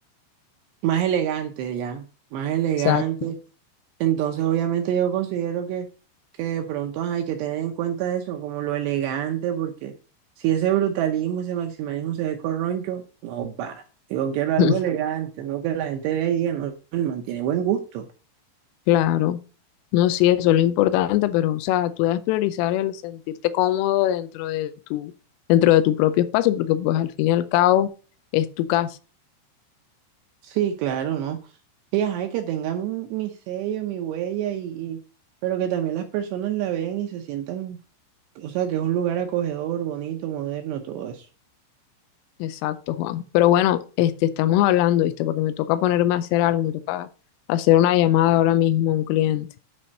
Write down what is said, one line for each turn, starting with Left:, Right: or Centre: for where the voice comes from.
Right: más elegante ya, más elegante.
Left: exacto,
Right: Entonces obviamente yo considero que, que de pronto ajá, hay que tener en cuenta eso, como lo elegante, porque si ese brutalismo, ese maximalismo se ve corroncho, no va. Yo quiero algo
Left: <laughs>
Right: elegante, no que la gente vea y diga, no, él mantiene buen gusto.
Left: claro, no, sí, eso es lo importante, pero, o sea, tú debes priorizar el sentirte cómodo dentro de tu, dentro de tu propio espacio, porque pues al fin y al cabo es tu casa,
Right: Sí, claro, ¿no? Y ajá, y que tengan un- mi sello, mi huella, y, y- pero que también las personas la vean y se sientan, o sea, que es un lugar acogedor, bonito, moderno, todo eso.
Left: exacto, Juan, pero bueno, este, estamos hablando, ¿viste? Porque me toca ponerme a hacer algo, me toca hacer una llamada ahora mismo a un cliente,